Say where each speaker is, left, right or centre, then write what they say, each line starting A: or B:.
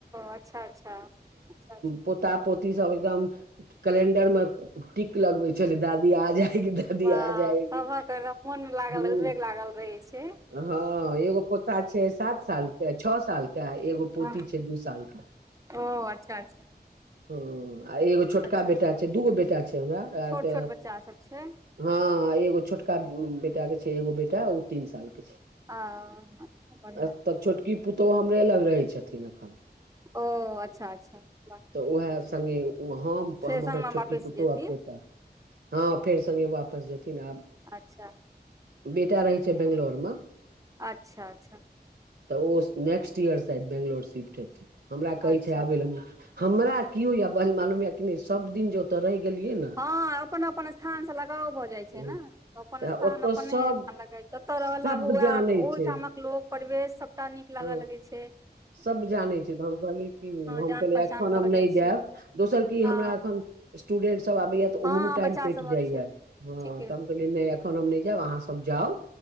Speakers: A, on the right; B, on the right.
A: अच्छा अच्छा अच्छा अच्छा
B: पोता पोती सब एकदम कैलेंडर मे टी क लगबै छल दादी आ जाएगी दादी
A: वाह
B: आ जाएगी
A: सभक एकदम मोन लागल
B: ह।
A: उद्वेग लागल रहै छै
B: हँ एगो पोता छैय सात साल के छओ साल के एगो पोती
A: ह
B: छैय दू साल के।
A: ओ अच्छा अच्छा
B: हँ आ एगो छोटका
A: अच्छा
B: बेटा छैय दूगो बेटा छैय हमरा आ
A: छोट
B: तऽ
A: छोट बच्चा सब छै
B: हँ एगो छोटका बेटााके छैय एगो बेटा ओ तीन साल के छैय।
A: आ बढ़िया
B: एतऽ छोटकी पुतोहु हमरे लग रहै छथिन एखन।
A: ओ अच्छा अच्छा वाह
B: तऽ उएह सङ्गे हम
A: फेर
B: हम
A: संगमे
B: छोटकी
A: वापिस
B: पुतहु
A: जेती
B: आ पोता हँ फेर सगे वापस जेथिन आब
A: अच्छा
B: बेटा रहै
A: बढ़िया
B: छैय बेंगलोर मे।
A: अच्छा अच्छा
B: तऽ ओ next year side Bangalore shift हेन हमरा कहै
A: अच्छा
B: छैय आबै ल हमरा कियौ या बल मालूम या कि नहि सब दिन जो तऽ रहि गेलियै न
A: हँ अपन अपन स्थान से लगाव भऽ जाय छैय
B: हँ,
A: न अपन
B: तऽ
A: स्थान
B: ओतऽ
A: अपने
B: सब
A: जतय रहऽ लागू
B: सब
A: वएह
B: जानै
A: ओह
B: छै
A: ठामक लोको परिवेश सबटा नीक लागऽ
B: हँ
A: लगै छैय।
B: सब जानै छैय तऽ हम कहलिय कि हम
A: जान
B: कहली
A: पहचान
B: एखन
A: भऽ
B: हम
A: जाइ
B: नहि
A: छै
B: जायब दोसर की
A: हँ
B: हमरा अखन स्टूडेंट सब आबैया तऽ
A: हँ
B: ओहो मे टाइम
A: बच्चा
B: भेट
A: सबक
B: जाइया
A: छै
B: ह
A: ठीके
B: त अखन हम नैय जाएब आहा सब जाउ